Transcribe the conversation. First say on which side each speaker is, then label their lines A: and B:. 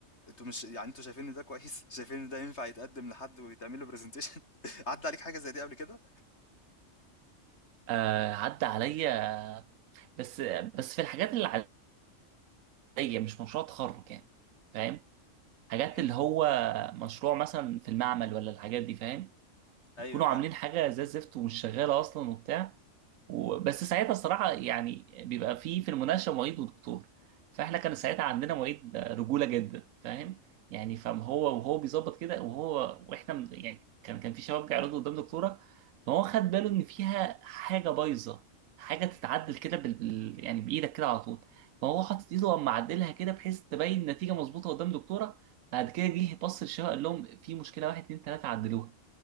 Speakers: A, on the left; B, on the right.
A: انتوا مش يعني انتوا شايفين ان ده كويس <laughs> شايفين ان ده ينفع يتقدم لحد ويتعمل له برزنتيشن <laughs> عدى عليك حاجه زي دي قبل كده
B: آه عدى عليا بس بس في الحاجات اللي عليا مش مشروع تخرج يعني فاهم حاجات
A: امم
B: اللي هو مشروع مثلا في المعمل ولا الحاجات دي فاهم
A: ايوه
B: يكونوا
A: فاهم
B: عاملين حاجه زي الزفت ومش شغاله اصلا وبتاع وبس ساعتها الصراحة يعني بيبقى في في المناقشة معيد ودكتور فاحنا كان ساعتها عندنا معيد رجولة جدا فاهم يعني فاهم هو وهو بيظبط كده وهو واحنا من- يعني كان كان في شباب بيعرضوا قدام دكتورة فهو خد باله ان فيها حاجة بايظة حاجة تتعدل كده بال بال- يعني بإيدك كده على طول فهو حاطط ايده وقام معدلها كده بحيث تبين النتيجة مظبوطة قدام دكتورة بعد كده جه بص للشباب قال لهم في مشكلة واحد اتنين تلاتة عدلوها